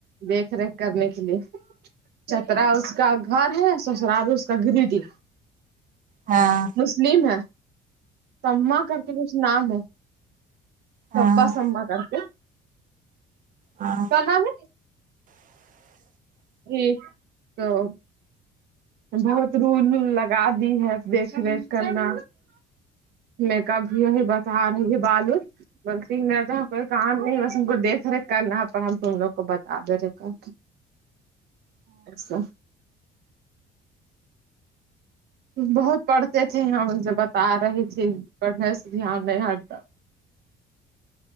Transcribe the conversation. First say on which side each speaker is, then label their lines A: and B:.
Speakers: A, on the right; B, on the right.
A: دیکھ ریکھ کرنے کے لیے چترا اس کا گھر ہے سسرال اس کا گرڈ ہے
B: ہاں
A: مسلم ہے تمما کر کے کچھ نام ہے
B: ہاں
A: سبا سما کر کے
B: ہاں
A: <unintelligible> جی <unintelligible> بہت رول لگا دی ہے دیکھ ریک کرنا میں کب وہی بتا رہی بالو بلکہ میرا تو یہ کوئی کام نہیں بس ہم کو دیکھ ریک کرنا ہے پر ہم تم لوگ کو بتا دے رہے ایسا بہت پڑھتے تھے ہم سے بتا رہی تھے پڑھنے سے دھیان نہیں ہٹتا